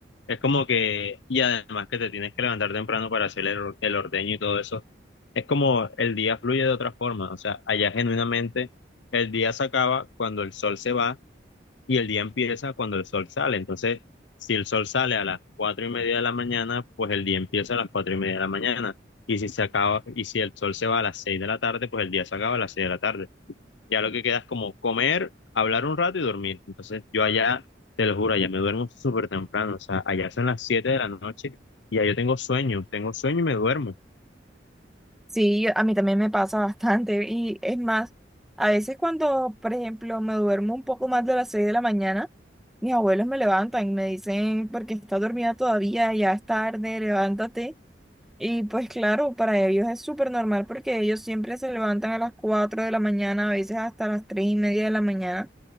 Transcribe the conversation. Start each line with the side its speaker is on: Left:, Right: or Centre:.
Left: Es como que, y además que te tienes que levantar temprano para hacer el, or- el ordeño y todo eso, es como el día fluye de otra forma, o sea, allá genuinamente el día se acaba cuando el sol se va y el día empieza cuando el sol sale. Entonces, si el sol sale a las cuatro y media de la mañana, pues el día empieza a las cuatro y media de la mañana. Y si se acaba, y si el sol se va a las seis de la tarde, pues el día se acaba a las seis de la tarde ya lo que queda es como comer, hablar un rato y dormir. Entonces yo allá, te lo juro, allá me duermo súper temprano, o sea, allá son las 7 de la noche y ya yo tengo sueño, tengo sueño y me duermo.
Centre: Sí, yo- a mí también me pasa bastante y es más, a veces cuando, por ejemplo, me duermo un poco más de las 6 de la mañana, mis abuelos me levantan y me dicen, porque estás dormida todavía, ya es tarde, levántate. Y pues claro, para ellos es súper normal porque ellos siempre se levantan a las 4 de la mañana, a veces hasta las 3 y media de la mañana.